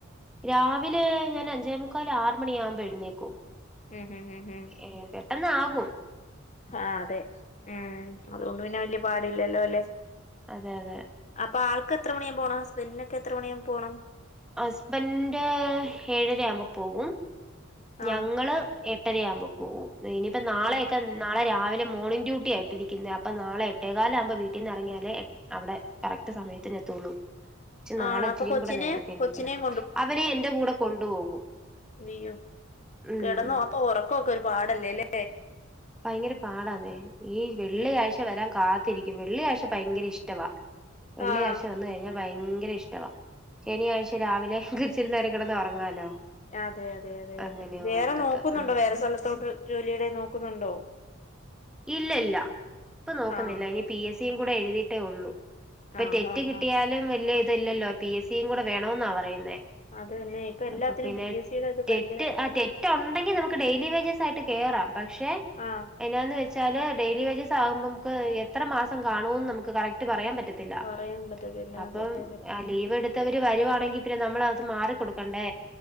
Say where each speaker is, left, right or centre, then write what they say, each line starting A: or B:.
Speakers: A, in the centre; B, on the left.
A: രാവിലെ ഞാൻ അഞ്ചേ മുക്കാൽ ആറു മണിയാകുമ്പോ എഴുന്നേക്കും
B: ഉം ഉം ഉം ഉം
A: ഏ പെട്ടെന്ന് ആകും
B: ആഹ് അതെ ഉം അതുകൊണ്ട് പിന്നെ വല്യ പാടില്ലല്ലോ അല്ലെ
A: അതെ അതെ
B: അപ്പൊ ആൾക്ക് എത്ര മണിയാകുമ്പോ പോണം ഹസ്ബന്റിനൊക്കെ എത്ര മണിയാകുമ്പോ പോണം
A: ഹസ്ബൻഡ് ഏഴര ആവുമ്പോ പോകും ഞങ്ങള്
B: ആഹ്
A: എട്ടരയാവുമ്പോ പോകും ഇനിയിപ്പോ നാളെയൊക്കെ
B: ഉം
A: നാളെ രാവിലെ മോണിംങ് ഡ്യൂട്ടിയാ ഇട്ടിരിക്കുന്നേ അപ്പം നാളെ എട്ടേകാലാകുമ്പോ വീട്ടീന്ന് ഇറങ്ങിയാലേ അവിടെ കറക്റ്റ് സമയത്തിന് എത്തുള്ളൂ ച് നാളെ
B: ആണോ
A: ഇച്ചിരീം
B: അപ്പൊ കൊച്ചിനെ
A: കൂടെ നേരത്തെ എണ്ണിക്കണം
B: കൊച്ചിനെയും
A: അവരെ എന്റെ കൂടെ കൊണ്ടുപോകും
B: വിയ്യോ
A: ഉം
B: കെടന്നൊ അപ്പൊ ഒറക്കൊക്കെ ഒരു പാടല്ലെ ല്ലേ
A: ഭയങ്കര പാടാന്നേ ഈ വെള്ളിയാഴ്ച
B: ഉം
A: വരാൻ കാത്തിരിക്കും വെള്ളിയാഴ്ച ഭയങ്കര ഇഷ്ടവാ വെള്ളിയാഴ്ച
B: ആഹ്
A: വന്ന് കഴിഞ്ഞാ ഭയങ്കര ഇഷ്ടമാ ശനിയാഴ്ച രാവിലെ ഇച്ചിരി നേരം കിടന്ന് ഉറങ്ങാലോ
B: അതെ അതെ അതെ
A: അങ്ങനെ
B: അതെ വേറെ
A: ഓർത്തിട്ട്.
B: നോക്കുന്നുണ്ടോ
A: ഉം.
B: വേറെ സ്ഥലത്തോട്ട് ജോലിയടെ നോക്കുന്നുണ്ടോ
A: ഇല്ല ഇല്ല ഇപ്പൊ നോക്കുന്നില്ല
B: ആഹ്
A: ഇനി പി എസ് സിയും കൂടെ എഴുതിയിട്ടേ ഉള്ളൂ ഇപ്പൊ
B: ആഹ്
A: റൈറ്റ് കിട്ടിയാലും വലിയ ഇതല്ലല്ലോ പി എസ് സിയും കൂടെ വേണമെന്നാ പറയുന്നേ
B: അത് തന്നെ ഇപ്പൊ എല്ലാത്തിനും
A: അപ്പൊ പിന്നെ
B: പി എസ് സിയുടെ ഒക്കെ ഭയങ്കര
A: റെറ്റ് ആ റെറ്റ് റെറ്റ് ഉണ്ടെങ്കി നമുക്ക് ഡെയിലി വേജസ് ആയിട്ട് കേയറാം പക്ഷെ
B: ആഹ്
A: എന്നാന്ന് വെച്ച ഡെയിലി വേജസ് ആകുമ്പോ നമ്മക്ക് എത്ര മാസം കാണുമെന്ന് നമുക്ക് കറക്റ്റ് പറയാൻ പറ്റത്തില്ല
B: പറയാൻ പറ്റത്തില്ല
A: റ്റത്തില്ല
B: അതെ
A: അപ്പോ
B: അതെ
A: ലീവ് എടു ത്തവർ വരുവാണെങ്കിൽ പിന്നെ നമ്മളത് മാറിക്കൊടുക്കണ്ടേ